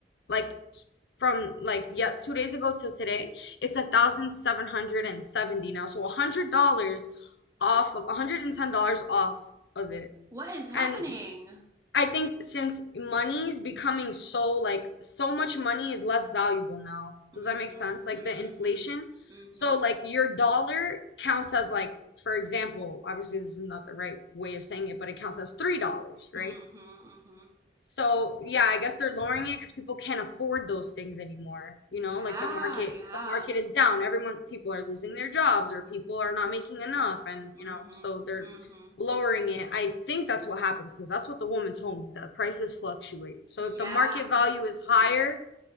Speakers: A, on the left (about 75°); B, on the right (about 20°).
A: like from like yeah, two days ago to today, it's a thousand seven hundred and seventy now. So a hundred dollars off of a hundred and ten dollars off of it.
B: What is happening?
A: And I think since money is becoming so like so much money is less valuable now.
B: Mm-hmm.
A: Does that make sense? Like
B: Mm-hmm. Mm-hmm.
A: the inflation.
B: Mm-hmm.
A: So like your dollar counts as like for example, obviously this is not the right way of saying it, but it counts as three dollars, right?
B: Mm-hmm.
A: So yeah, I guess they're lowering it because people can't afford those things anymore. You
B: Yeah,
A: know, like the market,
B: yeah.
A: the market is down. Everyone, people are losing their jobs or people are not
B: Mm-hmm.
A: making enough, and you
B: Mm-hmm.
A: know, so they're
B: Mm-hmm.
A: lowering it. I think that's what happens because that's what the woman told me. The prices fluctuate. So
B: Yeah,
A: if the market value
B: I've heard that
A: is higher,
B: too.